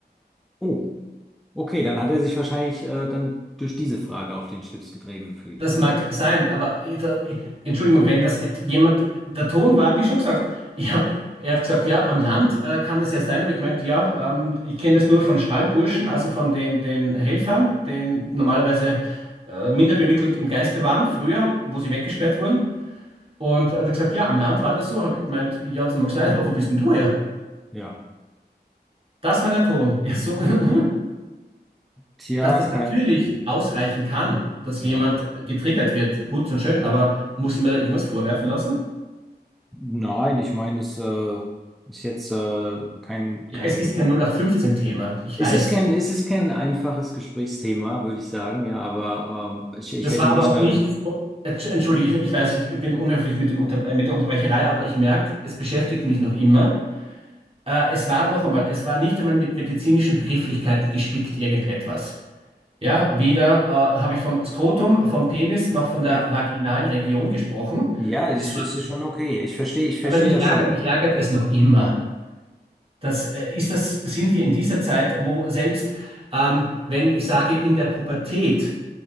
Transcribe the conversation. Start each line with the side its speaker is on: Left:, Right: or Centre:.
Centre: Oh, okay, dann hat er sich wahrscheinlich äh, dann durch diese Frage auf den Schlips getreten gefühlt.
Right: Das mag sein, aber ich- da- ich- Entschuldigung, wenn das et- jemand, der Ton war, wie schon gesagt, ich hab, er hat gesagt, ja, am Land äh, kann das ja sein, aber ich meint, ja, ähm, ich kenne das nur von Stallburschen, also von den, den Helfern, den normalerweise äh, minder bemittelt im Geiste waren, früher, wo sie weggesperrt wurden. Und er hat gesagt, ja, am Land war das so. Hab Ich meint, ja, das mag sein, aber wo bist denn du her?
Centre: Ja.
Right: Das war der Ton. Ja, so, <laughs>
Centre: Tja,
Right: dass das
Centre: kein,
Right: natürlich
Centre: kein,
Right: ausreichen kann, dass
Centre: ja.
Right: jemand äh, getriggert wird, gut und schön, aber muss ich mir da irgendwas vorwerfen lassen?
Centre: Nein, ich meine, es äh, ist jetzt äh, kein,
Right: Ja,
Centre: kein,
Right: es ist kein 0815-Thema, ich
Centre: es
Right: weiß.
Centre: ist kein, es ist kein einfaches Gesprächsthema, würde ich sagen, ja, aber ähm, ich, ich
Right: Das
Centre: hätte
Right: war
Centre: mich
Right: aber auch
Centre: da
Right: nichts.
Centre: dann,
Right: oh, Entsch- Entschuldige, ich, ich weiß, ich bin unhöflich mit dem Unterbre mit der Unterbrecherei, aber ich merke, es beschäftigt mich noch immer. Äh, es war noch einmal, es war nicht einmal mit medizinischen Begrifflichkeiten gespickt, irgendetwas. Ja, weder äh, habe ich vom Skrotum, vom Penis noch von der
Centre: äh,
Right: vaginalen Region gesprochen.
Centre: ja, es,
Right: Es war,
Centre: es ist schon okay. Ich verstehe, ich verstehe
Right: aber mich
Centre: das
Right: ärgert,
Centre: schon.
Right: mich ärgert es noch immer. Das, äh, ist das, sind wir in dieser Zeit, wo selbst ähm, wenn ich sage in der Pubertät,